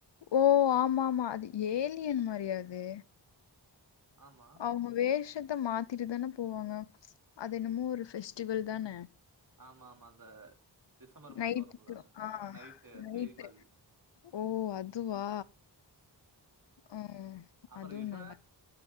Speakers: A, on the left; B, on the right.
A: ஓ ஆமா ஆமா அது ஏலியன் மாரியாது
B: ஆமா
A: அவுங்க வேசத்த மாத்திட்டு தானே போவாங்க அது என்னமோ ஒரு பெஸ்டிவல் தான
B: ஆமா ஆமா அந்த டிசம்பர் மாசோ
A: நைட்டு
B: வரும்ல
A: ஆ
B: நைட்டு
A: நைட்டு
B: பேய் மாதிரி
A: ஓ அதுவா ம்
B: அப்றோ
A: அதுவும்
B: இவ
A: நல்லா